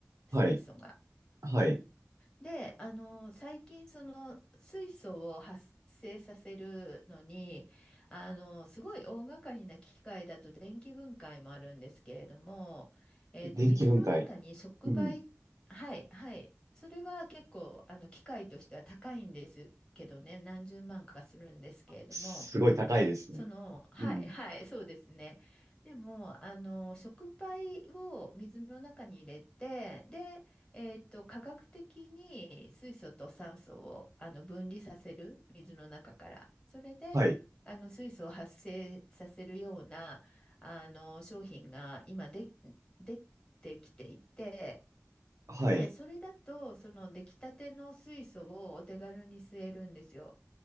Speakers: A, on the left; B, on the right.
A: 水素が。
B: はい。はい。
A: で、あの、最近、その、水素を発生させるのに、あの、すごい大掛かりな機械だと電気分解もあるんですけれども、えっと、
B: で電気分解。
A: 水の中に触媒、
B: うん。
A: はい、はい、それは結構、あの、機械としては高いんですけどね、何十万かするんですけれども、
B: すごい高いですね。
A: その、はい、
B: うん。
A: はい、そうですね。でも、あの、触媒を水の中に入れて、で、えっと、科学的に水素と酸素をあの分離させる、水の中から。それで、
B: はい。
A: あの、水素を発生させるような、あの、商品が今で、出てきていて、
B: はい。
A: で、それだと、その出来たての水素をお手軽に吸えるんですよ。